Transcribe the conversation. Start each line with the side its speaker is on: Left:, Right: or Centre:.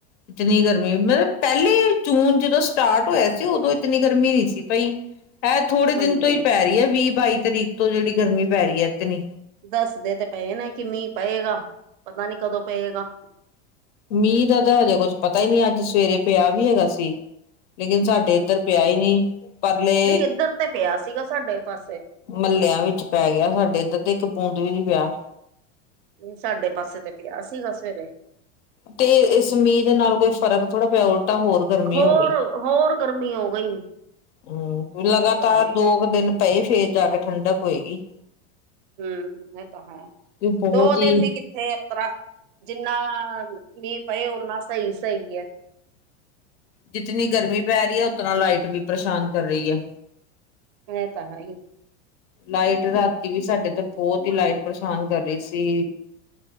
Left: ਇਤਨੀ ਗਰਮੀ ਮਤਲਬ ਪੈਹਲੇ ਜੂਨ ਜਦੋਂ ਸਟਾਰਟ ਹੋਇਆ ਸੀ ਉਦੋਂ ਇਤਨੀ ਗਰਮੀ ਨਹੀਂ ਸੀ ਪਈ। ਐ ਥੋੜੇ
Right: ਹਾਂਜੀ
Left: ਦਿਨ ਤੋਂ
Right: ਹਾਂਜੀ
Left: ਈ ਪੈ ਰੀ ਐ ਵੀਹ-ਬਾਈ ਤਰੀਕ ਤੋਂ ਜੇਹੜੀ ਗਰਮੀ ਪੈ ਰਈ ਐ ਇਤਨਾ।
Right: ਦੱਸਦੇ ਤੇ ਪਏ ਨੇ ਕਿ ਮੀਂਹ ਪਏਗਾ, ਪਤਾ ਨੀ ਕਦੋਂ ਪਏਗਾ।
Left: ਮੀਂਹ ਦਾ ਤਾਂ ਹਜੇ ਕੁਛ ਪਤਾ ਈ ਨੀ ਅੱਜ ਸਵੇਰੇ ਪੇਆ ਵੀ ਹੈਗਾ ਸੀ। ਲੇਕਿਨ ਸਾਡੇ
Right: ਹਾਂਜੀ
Left: ਇੱਧਰ ਪੇਆ ਈ ਨੀ, ਪਰਲੇ
Right: ਨਹੀਂ ਇੱਧਰ ਤੇ ਪਿਆ ਸੀਗਾ ਸਾਡੇ ਪਾਸੇ।
Left: ਮੱਲੇਆਂ ਵਿੱਚ ਪੈ ਗੇਆ ਸਾਡੇ ਇੱਧਰ ਤੇ ਇੱਕ ਬੂੰਦ ਵੀ ਨੀ ਪੇਆ।
Right: ਨੀ ਸਾਡੇ ਪਾਸੇ ਤੇ ਪੇਆ ਸੀਗਾ ਸਵੇਰੇ।
Left: ਤੇ ਇਸ ਮੀਂਅ ਦੇ ਨਾਲ ਕੋਈ ਫਰਕ ਥੋੜਾ ਪੇਆ ਉਲਟਾ ਹੋਰ ਗਰਮੀ
Right: ਹੋਰ
Left: ਹੋ ਗਈ,
Right: ਹੋਰ ਗਰਮੀ ਹੋ ਗਈ
Left: ਹੂਂ
Right: ਇਹ
Left: ਲਗਾਤਾਰ
Right: ਤਾਂ ਹੈ
Left: ਦੋ ਕ ਦਿਨ ਪਏ ਫੇਰ ਜਾ ਕੇ ਠੰਡਕ ਹੋਏਗੀ।
Right: ਹੂਂ ਇਹ ਤਾਂ ਹੈ,
Left: ਕਿ ਬਹੁਤ
Right: ਦੋ
Left: ਹੀ
Right: ਦਿਨ ਵੀ ਕਿੱਥੇ ਇਸ ਤਰਾ, ਜਿੰਨਾ ਮੀਅ ਪਾਏ ਓਨਾੱ ਸਹੀ-ਸਹੀ ਐ।
Left: ਜਿਤਨੀ ਗਰਮੀ ਪੈ ਰੀ ਐ, ਉਤਨਾ ਲਾਈਟ ਵੀ ਪਰੇਸ਼ਾਨ ਕਰ ਰਈ ਐ।
Right: ਏ ਤਾ ਹੈਈ।
Left: ਲਾਈਟ ਰਾਤੀ ਵੀ ਸਾਡੇ ਤੇ ਬਹੁਤ ਈ ਲਾਈਟ ਪਰੇਸ਼ਾਨ ਕਰ ਰਈ ਸੀ।